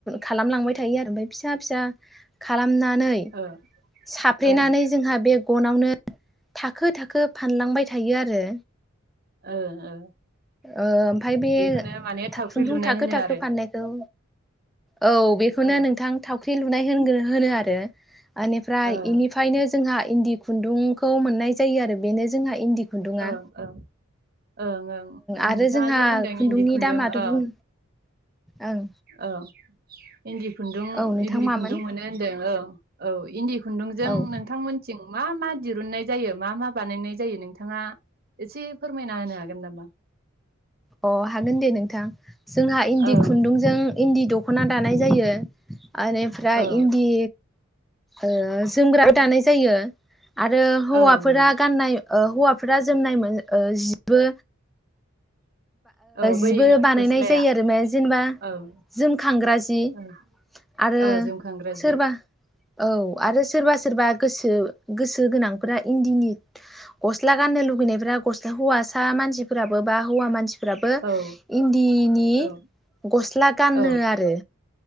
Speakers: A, in the centre; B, on the right.
A: खालामलांबाय थायो आरो ओमफ्राय फिसा खालामना नै
B: ओ
A: साफ्रेनानै
B: ओं
A: जोंहा बे गनावनो थाखो थाखो फानलांबाय थायो आरो।
B: ओ ओ।
A: ओ ओमफ्राय बे
B: बेखौनो माने थावख्रि
A: खुन्दुं
B: लुनाय
A: थाखो
B: होनो
A: थाखो
B: आरो
A: फाननायखौ औ बेखौनो
B: औ
A: नोंथां थाव ख्रि लुनाय होनगो होनो आरो। इनिफ्राय
B: ओ
A: इनिफ्रायनो जोंहा इन्दि खुन्दुंखौ मोननाय जायो आरो बेनो जोंहा इन्दि खुन्दुङा।
B: ओं ओं ओं ओं नोंथाङा
A: आरो जोंहा
B: जे बुंदों
A: खुन्दुंनि
B: इन्दि खुन्दुं
A: दामाथ'
B: ओ
A: बुं ओं
B: ओ। इन्दि खुन्दुं
A: औ नोंथां
B: इन्दि
A: मामोन
B: खुन्दुं मोनो होन्दों औ। औ इन्दि खुन्दुंजों
A: औ
B: नोंथांमोनथिं मा मा दिरुननाय जायो मा मा? बानायनाय जायो नोंथां - थाङा एसे फोरमायना होनो हागोन नामा?
A: अ हागोन दे नोंथां जोंहा इन्दि
B: ओं
A: खुन्दुंजों इन्दि दख' दख'ना दानाय जायो बेनिफ्राय
B: ओं
A: इन्दि ओ जोमग्राबो दानाय जायो आरो हौवाफोरा
B: ओं
A: गाननाय ओ हौवाफोरा जोमनाय मोन ओ जिबो
B: ओं औ
A: जिबो
B: बै
A: बानायनाय
B: गस्लाया
A: जायो आरो माया जेनेबा
B: ओं
A: जोमखांग्रा जि
B: ओं
A: आरो
B: औ जोमखांग्रा
A: सोरबा
B: जि
A: औ आरो सोरबा सोर सोरबा गोसो गोसो गोनांफोरा इन्दिनि गस्ला गाननो लुगैनायफोरा गस्ला हौवासा मानसिफोराबो बा हौवा मानसि फोराबो
B: औ
A: इन्दिनि
B: औ
A: गस्ला गानो
B: औ
A: आरो